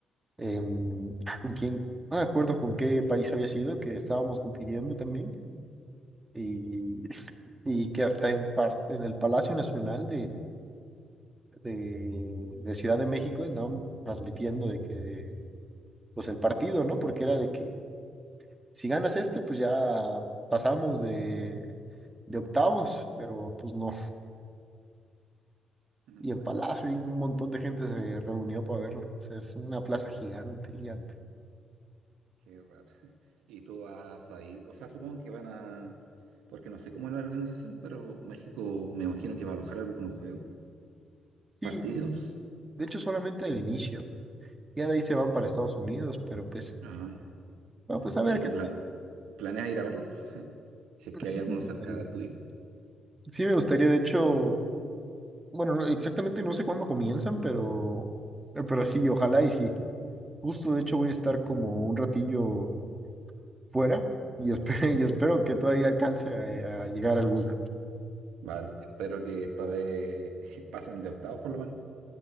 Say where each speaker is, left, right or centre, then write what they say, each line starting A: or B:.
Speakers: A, on the right; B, on the right.
A: em, ah, ¿con quién? No me acuerdo con qué país había sido, que estábamos compitiendo también, y, <laughs> y que hasta en, par- en el Palacio Nacional de, de Ciudad de México andaban transmitiendo de que, pues el partido, ¿no? Porque era de que si ganas este, pues ya pasamos de, de octavos, pero pues no.
B: Mm,
A: Y
B: Bueno,
A: en Palacio y un montón de gente se reunió para verlo. O sea, es una plaza gigante,
B: ajá,
A: gigante.
B: qué raro. <laughs> Y tú vas a ir, o sea, supongo que van a, porque no sé cómo es la organización, pero México me imagino que va a alojar algunos juegos,
A: Sí,
B: partidos.
A: de hecho solamente el inicio. Ya de ahí se van para Estados Unidos, pero pues,
B: Ah, ya.
A: bueno, pues a
B: ¿Y
A: ver
B: tú
A: qué tal.
B: plan, planeas ir a verlo? Si es
A: <laughs>
B: que
A: Sí
B: hay alguno
A: me gustaría.
B: cerca tuyo.
A: Sí me gustaría, de hecho, bueno, no- exactamente no sé cuándo comienzan, pero, pero sí, ojalá y sí. Justo, de hecho, voy a estar como un ratillo fuera y espero, <laughs> y espero que todavía alcance a, a llegar alguna.
B: Vale, espero que esta vez <laughs> pasen de octavos por lo menos,